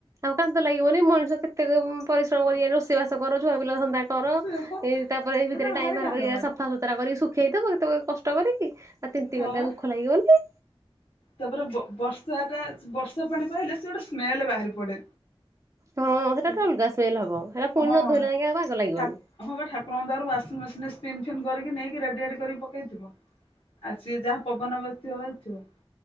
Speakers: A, on the right; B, on the left.
A: ଆଉ କାନ୍ତ ଲାଗିବନି ମଣିଷ କେତେ ଉଁ ପରିଶ୍ରମ କରିକି ରୋଷେଇ ବାସ କର ଛୁଆ ପିଲା ଦାନ୍ଧା କର
B: ସେ
A: ଏ। ତାପରେ ଏ
B: ମାନେ
A: ଭିତରେ ଟାଇମ
B: ଭାରି
A: ବାହାର
B: କାନ୍ଦ
A: କରି
B: ମାଡେ
A: ସଫାସତୁରା କରି ଶୁଖେଇଥବ କେତେ କଷ୍ଟ କଷ୍ଟ କରିକି ଆଉ ତିନ୍ତି
B: ହଁ
A: ଗଲେ
B: ବା।
A: ଦୁଖ ଲାଗିବନି।
B: ତାପରେ ବ-ବର୍ଷାଟା ବର୍ଷା ପାଣି ପାଇଲେ ସେ ଗୋଟେ ସ୍ମେଲ ବାହାରି ପଡେ।
A: ହଁ ସେଟା
B: <unintelligible>
A: ଗୋଟେ ଅଲଗା ସ୍ମେଲ ହବ ସେଟା ପୁଣି
B: ହଁ
A: ନ ଧୋଇଲେ ଯାକେ ଆଉ ବାଗ ଲାଗିବନି।
B: ଠା ହଁ ଠାକୁରଙ୍କ ଦୟା ରୁ ୱାଶିଁ ମେସିନରେ ଫିନ ଫନ୍ କରିକି ନେଇକି ରେଡି ରାଡି କରିକି ପକେଇଥିବ। ଆଉ ସିଏ ଯାହା ପବନ ବାଜିଥିବ ବାଜିଥିବ।